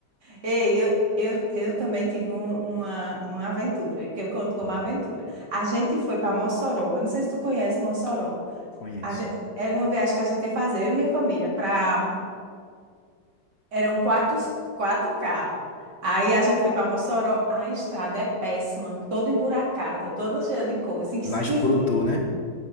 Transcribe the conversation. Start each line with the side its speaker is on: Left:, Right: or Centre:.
Right: Ei, eu, eu, eu também tive um- uma, uma aventura, que eu conto como
Left: Hum,
Right: aventura. A gente foi para Mossoró, eu não sei se tu conhece Mossoró.
Left: conheço.
Right: A gente, era uma viagem que a gente ia fazer, eu e minha família, para. Eram quatro, quatro carros. Aí a gente foi para Mossoró, a estrada é péssima, toda emburacada, toda cheia de coisa, esquisita,
Left: Lá em Jucurutu, né?